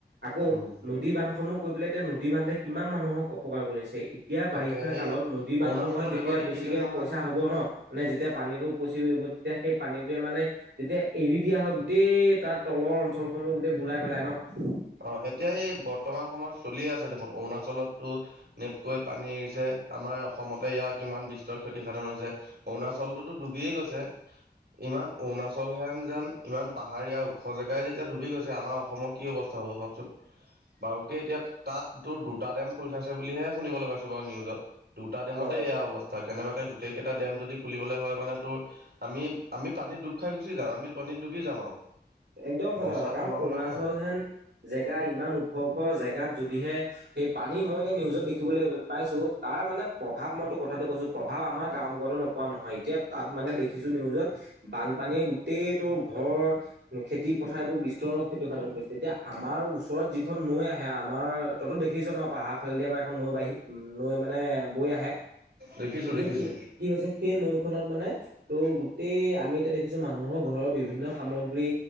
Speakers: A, on the right; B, on the right.
A: আকৌ
B: উম
A: নদী বান্ধসমূহ কৈ পেলাই এতিয়া নদী বান্ধে কিমান মানুহক অপকাৰ কৰি আছে এতিয়া
B: তাকে
A: বাৰিষা
B: এই
A: কালত নদী বানসমূহত
B: অৰুণাচলত
A: যেতিয়া
B: এইবাৰ দেখিছই
A: বেছিকে
B: নহয়
A: পইচা হ'ব হ'ব ন' মানে যেতিয়া পানীটো উপচি পৰিব তেতিয়া সেই পানীটোৱে মানে তেতিয়া এৰি দিয়া হয় গোটেই তাৰ তলৰ অঞ্চলসমূহ গোটেই বুঢ়াই পেলাই ন'
B: অ', এতিয়া এই বৰ্তমান সময়ত চলিয়ে আছে দেখোন অৰুণাচলততো নেপকৈ পানী এৰিছে। আমাৰ অসমতে ইয়াৰ কিমান বিস্তৰ ক্ষতিসাধন হৈছে অৰুণাচলটোতো ডুবিয়েই গৈছে। ইমান অৰুণাচল হেন যেন ইমান পাহাৰীয়া ওখ জেগাই যেতিয়া ডুবি গৈছে আমাৰ অসমৰ কি অৱ <unintelligible> হ'ব ভাবচোন বাৰুকে এতিয়া তাত তোৰ দুটা ডেম খোল খাইছে বুলিহে শুনিবলৈ পাইছো বাৰু নিউজত দুটা ডেমতে
A: অ
B: এয়া অৱ <unintelligible> কেনেবাকে গোটেইকেইটা ডেম যদি খুলিবলৈ হয় মানে তোৰ আমি আমি পানীত ডুব খাই গুচি যাম আমি পানীত ডুবি যাম আৰু।
A: একদম সছাঁ
B: বচাৰ
A: কথা কাৰণ
B: সম্ভাৱনা
A: অৰুণাচল
B: নাই
A: হেন জেগা ইমান ওখ ওখ জেগাত যদিহে সেই পানী মই এতিয়া নিউজত দেখিবলৈ পাইছোঁ তাৰ মানে প্ৰভাৱ মইতো কথাটো কৈছোঁ প্ৰভাৱ আমাৰ গাঁও মুখতো ন পোৱা নহয় এতিয়া তাত মানে দেখিছোঁ নিউজত বানপানীয়ে গোটেইটোৰ ঘৰ খেতি পথাৰ এইবোৰ বিস্তৰৰ খ্যতিসাধন কৰিছে এতিয়া আমাৰ ওচৰত যিখন নৈ আহে আমাৰ তইতো দেখিছ ন পাহাৰ ফালেদি আমাৰ এখন নৈ বাহী নৈ মানে বৈ আহে
B: দেখিছোঁ
A: এতিয়া
B: দেখিছোঁ।
A: কি কি হৈছে সেই নৈখনত মানে ত' গোটেই আমি এতিয়া দেখিছো মানুহৰ ঘৰৰ বিভিন্ন সামগ্ৰী